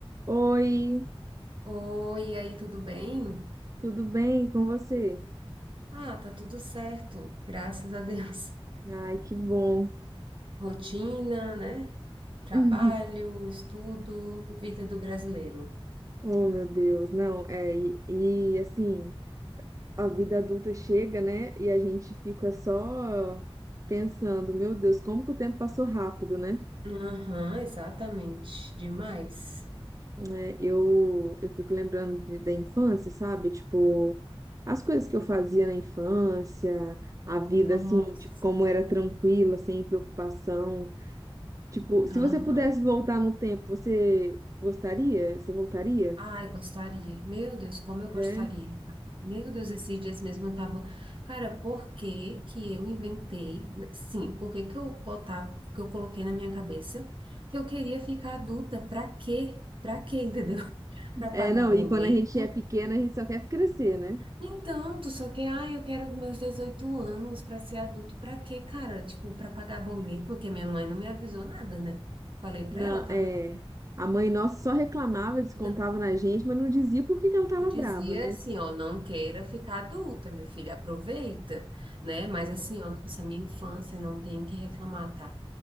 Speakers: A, on the right; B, on the right.
A: Oi,
B: Oi, e aí, tudo bem?
A: tudo bem com você?
B: Ah, tá tudo certo, graças a Deus.
A: Ai, que bom.
B: <laughs> Rotina, né? Trabalho,
A: <laughs>
B: estudo, vida do brasileiro.
A: Oh, meu Deus, não, é, e, e, assim, a vida adulta chega, né? E a gente fica só pensando, meu Deus, como que o tempo passou rápido, né?
B: Aham, exatamente, demais.
A: Né, eu, eu fico lembrando de- da infância, sabe? Tipo, as coisas que eu fazia na infância, a vida,
B: Nossa,
A: assim, tipo, como era tranquila, sem preocupação. Tipo, se
B: aham.
A: você pudesse voltar no tempo, você gostaria? Você voltaria?
B: Ah, eu gostaria. Meu Deus, como eu gostaria.
A: É.
B: Meu Deus, esses dias mesmo eu tava, cara, por que que eu inventei? Sim, por que que eu botava, que eu coloquei na minha cabeça que eu queria ficar adulta? Pra quê? Pra quê, entendeu? <laughs> Pra
A: É,
B: pagar
A: não,
B: boleto?
A: e quando a gente é pequena, a gente só quer crescer, né?
B: Então, tu só quer, ah, eu quero meus 18 anos pra ser adulto. Pra quê, cara? Tipo, pra pagar boleto, porque minha mãe não me avisou nada, né? Falei pra
A: Não,
B: ela, tá?
A: é,
B: minha
A: a mãe nossa só reclamava, descontava
B: filha?
A: na gente, mas não dizia por que que ela tava
B: Eu dizia
A: brava, né?
B: assim, ó, não queira ficar adulta, meu filho, aproveita, né? Mas
A: É,
B: assim, ó, nossa, minha infância não tenho o que reclamar, tá?